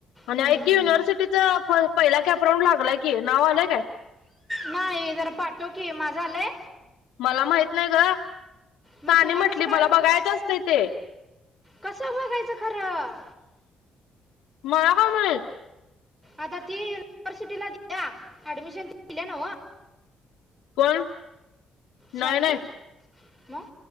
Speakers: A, on the left (about 85°); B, in the centre.
A: आणि
B: हम्म.
A: ऐक की युनिव्हर्सिटीच पहिला कॅपराऊंड लागलाय की नाव आलंय काय
B: नाही जरा पाठव की माझं आलय.
A: मला माहित नाही ग.
B: मग
A: साने
B: तुला
A: म्हटली
B: कसं
A: मला
B: कळ
A: बघायच असतय ते.
B: कसं बघायचं खरं.
A: मला काय माहित.
B: आता ती युनिव्हर्सिटीला दिल्या ऍडमिशन दिल्या नव.
A: पण
B: सनी
A: नाही नाही.
B: मग